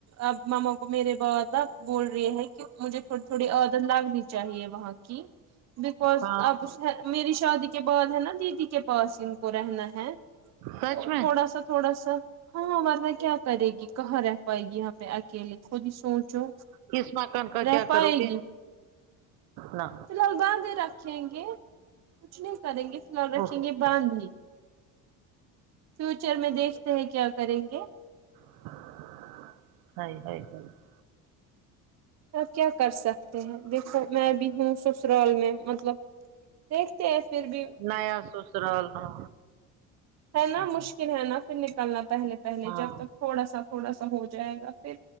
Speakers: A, on the right; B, on the right.
A: آپ ماما کو میرے ب بول رہے ہیں کہ مجھے تھڑی تھوڑی عدن لگنی چاہیے وہاں کی بکز
B: ہاں
A: آپ میری شادی کے بعد ہے نا دیدی کے پاس ان کو رہنا ہے
B: سچ میں
A: تھوڑا سا تھوڑا سا ہاں ورنہ کیا کرے گی کہاں رہ پائے گی یہاں پہ اکیل خود ہی سوچو
B: کس مکان کا
A: رہ
B: کیا
A: پائے
B: کرو گے
A: گی
B: نہ
A: فی الحال باندھی رکھیں گے کچھ نہیں کریں گے فی الحال رکھیں
B: او ہو
A: گے
B: ہو
A: باندھی فیوچر میں دیکھتے ہیں کیا کریں گے
B: ہاں
A: آپ کیا کر سکتے ہیں دیکھو میں بھی ہوں سسرال میں مطلب دیکھتے ہیں پھر بھی
B: نیا سسرال ہاں
A: ہے نا مشکل ہے نا پھر نکلنا پہلے پہلے
B: ہاں
A: جب تک تھوڑا سا تھوڑا سا ہو جائے گا پھر